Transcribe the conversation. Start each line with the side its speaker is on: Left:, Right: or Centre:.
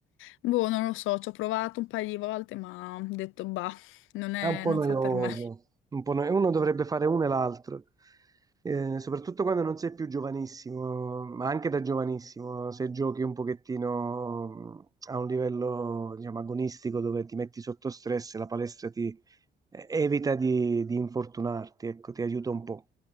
Left: boh, non lo so, ci ho provato un paio di volte, ma ho detto, bah, non è,
Right: È un po'
Left: non
Right: noioso,
Left: fa per me.
Right: un po' noioso. Uno dovrebbe fare uno e l'altro, Eh, soprattutto quando non sei più giovanissimo, ma anche da giovanissimo, se giochi un pochettino mh, a un livello, diciamo, agonistico dove ti metti sotto stress, la palestra ti eh, evita di, di infortunarti, ecco, ti aiuta un po'.